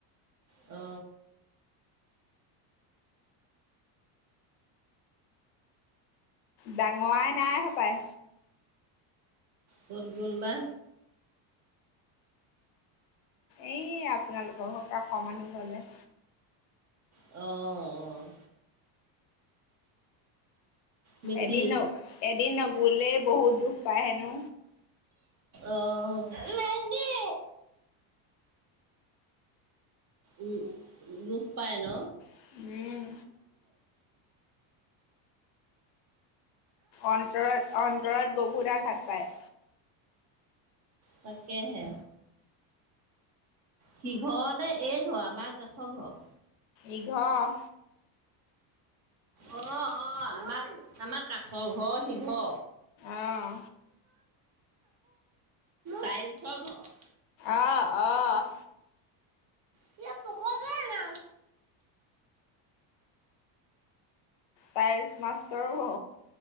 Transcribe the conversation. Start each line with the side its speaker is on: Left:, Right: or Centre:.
Right: অ।
Left: ডাঙৰাই নাই সপায়।
Right: কত গল বা?
Left: এই আপোনালোকৰ হওক কাষৰ মানুহ হলে।
Right: অ অ। মিতি
Left: এদিন ন এদিন নগলে বহুত দুখ পায় হেনো।
Right: অ মেগী উম, দুখ পাই ন।
Left: উম অন্তৰত, অন্তৰত বহুত আঘাত পায়।
Right: তাকেহে। সিঘৰ নে এইঘৰ আমাক কাষৰ ঘৰ
Left: ইঘৰ
Right: অ অ আমাৰ আমাৰ কাষৰ ঘৰ সিঘৰ অ।
Left: আহ
Right: টাইলচৰ ঘৰ
Left: অ অ।
Right: কি আ কম ল <inaudible>
Left: টাইলছ মাষ্টৰো হ